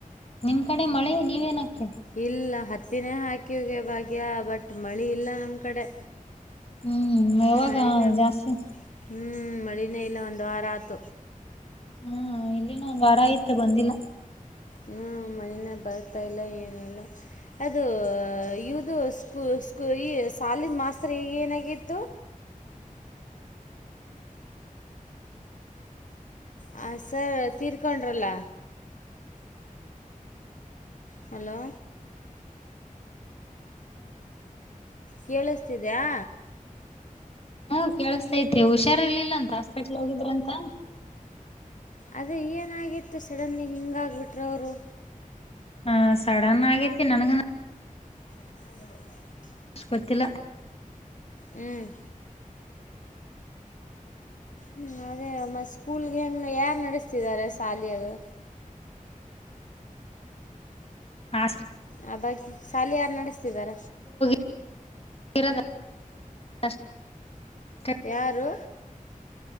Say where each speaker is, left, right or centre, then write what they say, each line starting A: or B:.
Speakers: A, on the left (about 45°); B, on the left (about 60°).
A: ನಮ್ಮ್ ಕಡೆ ಮಳೆ ನೀವೇಏನಾಗ್ತರಿ.
B: ಇಲ್ಲ ಹತ್ತಿನೇ ಹಾಕಿವಗೆ ಭಾಗ್ಯಾ ಬಟ್ ಮಳಿ ಇಲ್ಲ ನಮ್ ಕಡೆ.
A: ಹ್ಮ್ ಯಾವಾಗ
B: ಮಳಿನೇ
A: ಜಾಸ್ತಿ
B: ಹ್ಮ್ ಮಳಿನೇ ಇಲ್ಲ ಒಂದ್ ವಾರ ಆತ
A: ಹಾ ಇಲ್ಲಿನ ಒಂದು ವಾರಯತೆ ಬಂದಿಲ್ಲ
B: ಹ ಮನನೇ ಬರ್ತಾ ಇಲ್ಲ ಏನ ಇಲ್ಲ ಅದು ಇದು ಸ್ಕೂ ಸ್ಕೂ ಈ ಸಾಲಿನ ಮಾಸ್ತರ್ ಹಗ ಏನಾಗಿತ್ತು ಹ ಸರ್ ತೀರ್ಕೊಂಡ್ರಲ್ಲ ಹಲೋ ಕೇಳಿಸ್ತಿದಯಾ
A: ಹ್ಮ ಕೇಳಸ್ತೈತಿ ಹುಷಾರ್ ಇರ್ಲಿಲ್ಲಾ ಅಂತ ಹಾಸ್ಪೆಟ್ಲ್ ಹೋಗಿದ್ರಂತ
B: ಅದೇ ಏನಾಗಿತ್ತು ಸಡನ್ಲಿ ಹಿಂಗಾಗಿಬಿಟ್್ರ ಅವರು
A: ಹ ಸಡನ್ ಆಗೇತಿ ನನ್
B: ಹ್ಮ
A: ಗೊತ್ತಿಲ್ಲ
B: ಹ್ಮ್ ಹ್ಮ್ ಅದೇ ಮ ಸ್ಕೂಲ್ಗೆ ಹೆಂಗ್ ಯಾರ ನಡೆಸ್ತಿದ್ದಾರೆ ಸಾಲಿಯದು
A: ಹಾಸ್
B: ಆ ಬಗ್ಗೆ ಶಾಲಿ ಯಾರು ನಡೆಸ್ತಿದಾರ
A: <unintelligible>
B: ಯಾರು